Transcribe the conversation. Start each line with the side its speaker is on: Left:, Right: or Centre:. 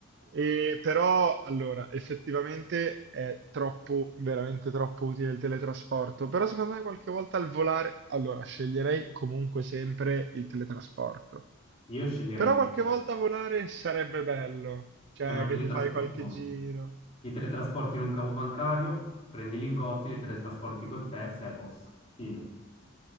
Right: E, però, allora, effettivamente è troppo, veramente troppo utile il teletrasporto, però secondo me qualche volta al volare, allora, sceglierei comunque sempre il teletrasporto.
Left: Io sceglierei
Right: Però
Left: il
Right: qualche
Left: teletrasporto.
Right: volta volare sarebbe bello, cioè
Left: Eh, ma il
Right: che
Left: teletrasporto,
Right: ti fai qualche giro.
Left: ti teletrasporti in un cavo bancario, prendi i lingotti, li teletrasporti con te, sei a posto. Fine.